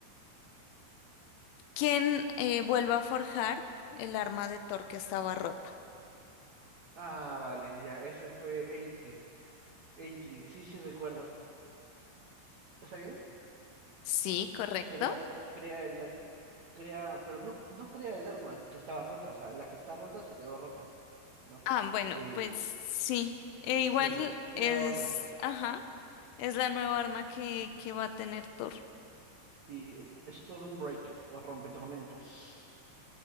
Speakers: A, on the left; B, on the right.
A: ¿quién eh, vuelve a forjar el arma de Thor que estaba rota?
B: Ah, vale, ya, ese fue Eitri. Eitri, sí, sí, recuerdo. ¿Está bien?
A: Sí, correcto.
B: Crea, crea el, ar- crea, pero no, no crea el arma que estaba rota, o sea, la que está rota se quedó rota, ¿no?
A: Ah, bueno,
B: Eh,
A: pues sí. E igual
B: sí, crea
A: es,
B: otra.
A: ajá, es la nueva arma que, que va a tener Thor.
B: Sí, el Stormbreaker o rompetormentas.